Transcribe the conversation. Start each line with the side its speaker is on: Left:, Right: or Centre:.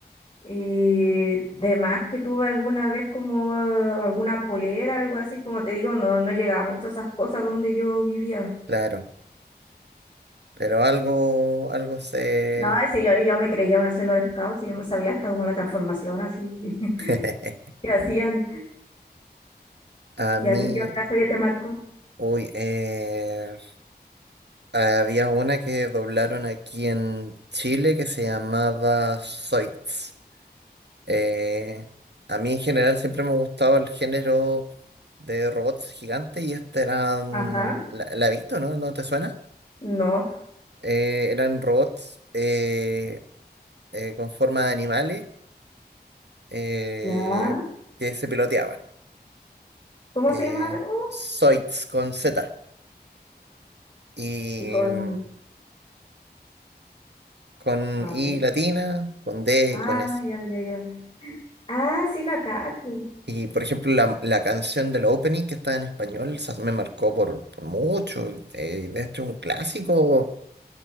Left: Y de más que tuve alguna vez como alguna polera, algo así, como te digo, no, no llegaba mucho a esas cosas donde yo vivía.
Right: claro. Pero algo, algo se...
Left: No, y sí, yo, y yo me creía una Sailor Scout, y yo me sabía hasta como la transformación así <laughs>
Right: <laughs>
Left: que hacían.
Right: A
Left: ¿Y
Right: mí,
Left: a ti qué otra serie te marcó?
Right: uy, eh, había una que doblaron aquí en Chile que se llamaba Zoids. Eh, a mí en general siempre me ha gustado el género de robots gigantes y este eran,
Left: Ajá,
Right: la, la he visto, ¿no? ¿No te suena?
Left: no,
Right: Eh, eran robots eh, eh, con forma de animales eh,
Left: ya.
Right: que se piloteaban.
Left: ¿Cómo
Right: Eh,
Left: se llama de nuevo?
Right: Zoids con Z y
Left: Y con...
Right: mm, con
Left: a
Right: I
Left: ver,
Right: latina, con D
Left: Ah,
Right: y con S.
Left: ya, ya, ya. Ah, sí, la cacho,
Right: Y por ejemplo, la, la canción del opening que está en español, esa me marcó por, por mucho. eh, de hecho, un clásico